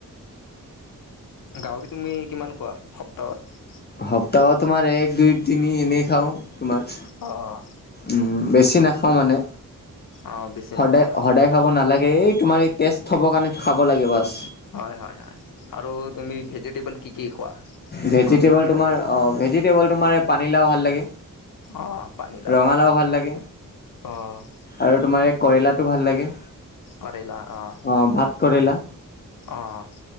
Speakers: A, on the left (about 70°); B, on the left (about 30°).
A: গাহৰি তুমি কিমান খোৱা সপ্তাহত?
B: সপ্তাহত তোমাৰ এক দুই তিনি এনেই খাওঁ তোমাৰ।
A: অ', অ'।
B: উম, বেছি নাখাওঁ মানে
A: অ বেছি
B: সদায়,
A: নোখোৱা
B: সদায় খাব নালাগে এই তোমাৰ এই টেষ্ট হ'ব কাৰণে খাব লাগে বাচ।
A: হয়, হয়, হয়, আৰু তুমি ভেজিটেবল কি, কি খোৱা?
B: ভেজিটবল
A: ভাল লাগে
B: তোমাৰ
A: আৰু
B: অ', ভেজিটেবল তোমাৰ পানীলাও ভাল লাগে।
A: অ পানীলাও
B: ৰঙালাও ভাল লাগে।
A: অ'।
B: আৰু তোমাৰ এই কইলাটো ভাল লাগে।
A: কৰিলা অ'
B: অ', ভাত কৰেলা?
A: অ'